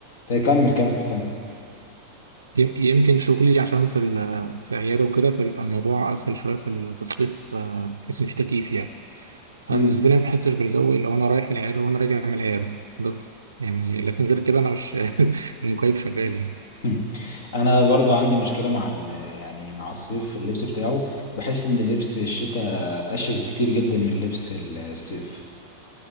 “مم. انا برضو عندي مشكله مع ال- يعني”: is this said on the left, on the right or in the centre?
Left